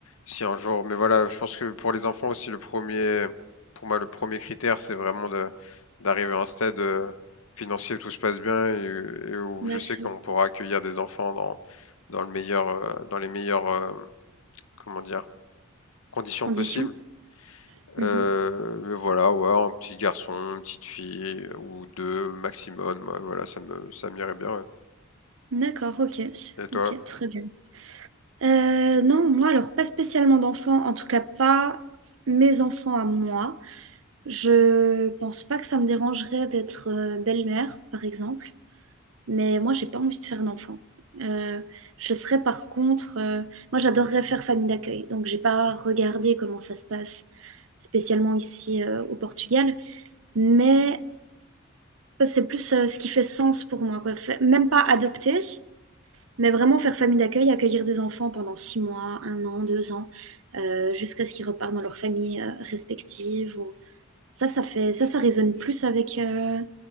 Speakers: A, on the left (about 75°); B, on the right (about 65°).
A: si un jour, mais voilà, je pense que pour les enfants aussi, le premier, pour moi, le premier critère, c'est vraiment de- d'arriver à un stade euh, financier où tout se passe bien et, et où
B: Bien
A: je sais
B: sûr.
A: qu'on pourra accueillir des enfants dans, dans le meilleur, euh, dans les meilleures, euh, comment dire, conditions
B: Condition?
A: possibles. Euh,
B: Mmh
A: mais voilà, ouais, un petit garçon, une petite fille ou deux maximum. ouais, voilà, ça me, ça m'irait bien.
B: D'accord, OK.
A: ouais. Et toi?
B: OK, très bien. Heu, non, moi, alors pas spécialement d'enfants, en tout cas pas mes enfants à moi. Je pense pas que ça me dérangerait d'être, heu, belle-mère, par exemple. Mais moi, j'ai pas envie de faire d'enfant. Euh, je serais par contre, euh, moi, j'adorerais faire famille d'accueil. Donc, j'ai pas regardé comment ça se passe spécialement ici euh, au Portugal. Mais c'est plus euh, ce qui fait sens pour moi, quoi. Fait- Même pas adopter, mais vraiment faire famille d'accueil, accueillir des enfants pendant six mois, un an, deux ans, euh, jusqu'à ce qu'ils repartent dans leur famille euh, respective. ou- Ça, ça fait, ça, ça résonne plus avec, euh,